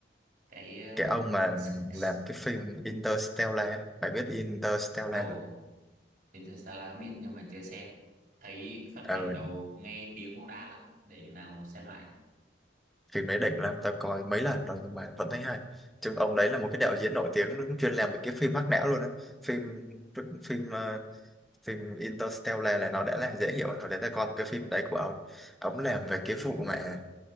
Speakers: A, on the right (about 45°); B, in the centre.
A: cái uh,
B: cái ông mà
A: s- s-
B: làm cái phim Interstellar á. mày biết Interstellar
A: ồ
B: không
A: Interstellar biết nhưng mà chưa xem thấy phân
B: ừ
A: cảnh đầu nghe tiếng cũng đã lắm để nào xem lại
B: phim đấy đỉnh lắm tao coi mấy lần rồi nhưng mà vẫn thấy hay chứ ông đấy là một cái đạo diễn nổi tiếng chuyên làm mấy cái phim hack não luôn á phim phim ờ, phim Interstellar là nó đã là dễ hiểu rồi hồi đấy tao coi một cái phim đấy của ông ông làm về cái vụ mà